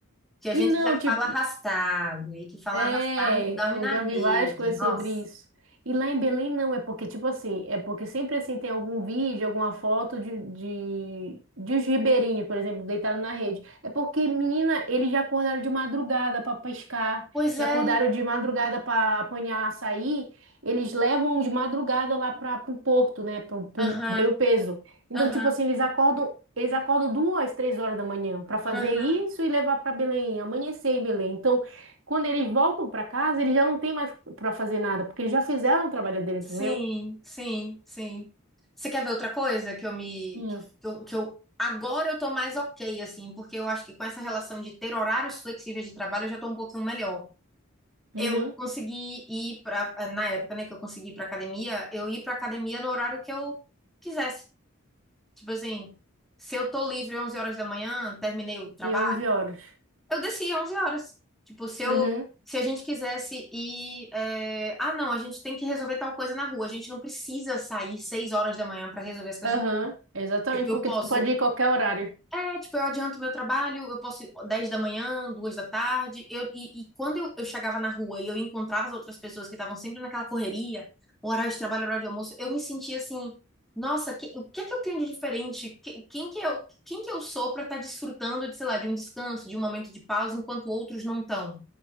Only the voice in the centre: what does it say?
que a
gente
já
fala arrastado e que fala
arrastado a gente dorme na
rede.
Nossa.
Pois
é.
Aham,
aham,
aham.
Sim,
sim, sim. Você quer ver outra coisa que eu me.
Que eu, que eu, agora eu tô mais ok, assim, porque eu acho que com essa relação de ter horários flexíveis de trabalho eu já tô um pouquinho melhor.
Eu consegui ir para na época, né, que eu consegui ir para academia, eu ir para academia no horário que eu quisesse. Tipo assim, se eu tô livre 11 horas da manhã, terminei o trabalho,
eu desci 11 horas. Tipo, se eu
se a gente quisesse ir, é, ah, não, a gente tem que resolver tal coisa na rua, a gente não precisa sair 6 horas da manhã para resolver as coisas.
Tipo, eu
posso
É, tipo, eu adianto meu trabalho, eu posso ir 10 da manhã, 2 da tarde. Eu, e, e quando eu, eu chegava na rua e eu encontrava as outras pessoas que estavam sempre naquela correria, horário de trabalho, horário de almoço, eu me sentia assim, nossa, que- o que é que eu tenho de diferente? Que- quem que eu, quem que eu sou para estar desfrutando de, sei lá, de um descanso, de um momento de pausa, enquanto outros não estão?